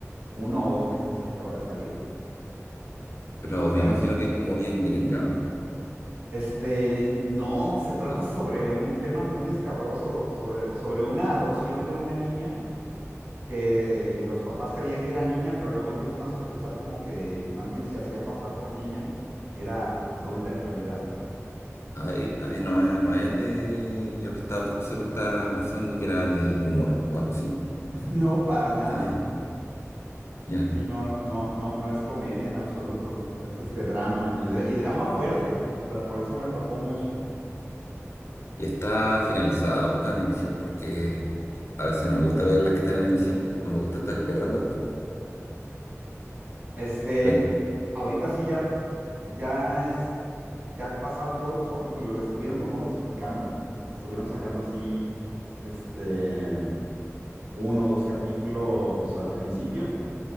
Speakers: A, on the right (about 35°); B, on the left (about 55°).
A: uno o dos meses que acaba de salir.
B: Pero
A: Está
B: me imagino
A: en Disney.
B: que es como bien gringa, ¿o no?
A: Este, no, se trata
B: ¿No?
A: sobre un tema muy escabroso, sobre, sobre una adopción de una niña que los papás creían que era niña, pero luego empiezan a sospechar como que más bien se hacía pasar por niña y era adulta en realidad.
B: Ahí, ahí no, es- no es de... Yo estaba, no sé, pero estaba pensando que era de humor o algo así.
A: <laughs> No, para nada.
B: Ay, ya.
A: Sí, no, no, no, no es comedia en absoluto. Es este drama y, dra- y drama fuerte. O sea, por eso me atrapó mucho.
B: ¿Y está finalizada o está en emisión? Porque a veces no me gusta ver las que están en emisión. No me gusta estar esperando esto.
A: Este,
B: Pero,
A: ahorita sí ya, ya es, ya pasaron todos los capítulos, le estuvieron como dosificando, le estuvieron sacando así, este, uno o dos capítulos al principio,